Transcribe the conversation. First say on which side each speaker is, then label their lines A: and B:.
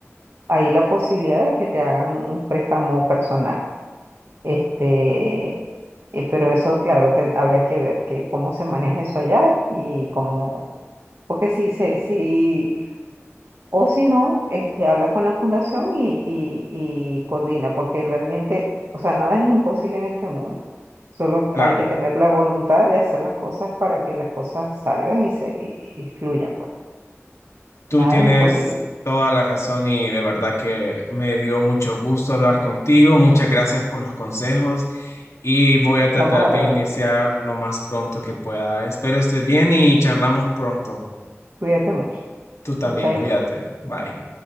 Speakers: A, on the right; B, on the left.
A: hay la posibilidad de que te hagan un préstamo personal. Este, eh, pero eso, claro, te- habría que ver que cómo se maneja eso allá y cómo, porque si se, si, o si no, este, habla con la fundación y, y, y coordina, porque realmente, o sea, nada es imposible en este mundo. Solo
B: Claro,
A: hay que tener la voluntad de hacer las cosas para que las cosas salgan y se y, y fluyan, pues.
B: tú
A: Nada
B: tienes
A: es imposible.
B: toda la razón y de verdad que me dio mucho gusto hablar contigo. Muchas gracias por los consejos y voy a
A: Estamos
B: tratar
A: a
B: de
A: la orden.
B: iniciar lo más pronto que pueda. Espero estés bien y charlamos pronto.
A: Cuídate mucho.
B: Tú también,
A: Chaito.
B: cuídate. Bye.